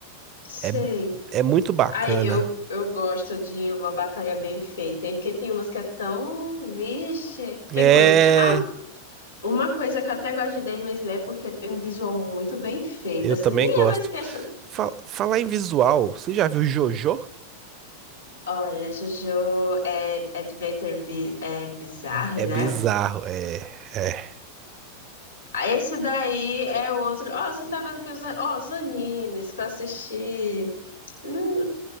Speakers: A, on the left; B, on the right.
A: sei.
B: É, é muito bacana.
A: Ai, eu, eu gosto de uma batalha bem feita, hein? Porque tem umas que é tão. Vixe, que
B: É,
A: coisa. Ah, uma coisa que eu até gosto de Demon Slayer é porque tem um visual muito bem feito.
B: eu
A: Assim,
B: também
A: nem
B: gosto.
A: é mais questão.
B: Fa- falar em visual, você já viu Jojo?
A: Olha, Jojo é Adventure bi é Bizarre,
B: É
A: né?
B: bizarro, é, é.
A: Ah, Esse daí é outro. Ó, você tá vendo que os, an- ó, os animes que eu assisti. Não,